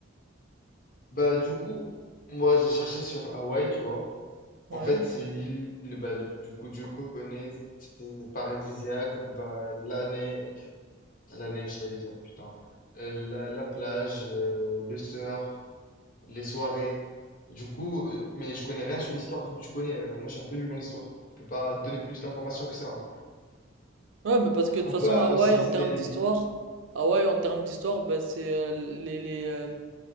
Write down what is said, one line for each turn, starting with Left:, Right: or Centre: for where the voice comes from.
Left: Bah, du coup, moi j'ai cherché sur Hawaï, tu vois.
Right: Ouais.
Left: En fait, c'est une île, bah, du coup, Dieu connaît, c'est paradisiaque, bah, la neige, la neige, j'allais dire, putain. Euh, la, la plage, euh, le surf, les soirées. Du coup, euh, mais je connais rien sur l'histoire comme tu connais. euh, moi, je suis un peu nul dans l'histoire. Je peux pas donner plus d'informations que ça. hein.
Right: Ouais, mais parce que de toute
Left: On
Right: façon,
Left: peut euh,
Right: Hawaï,
Left: aussi visiter
Right: en termes
Left: les
Right: d'histoire,
Left: îles.
Right: Hawaï, en termes d'histoire, bah, c'est euh, les, les, euh,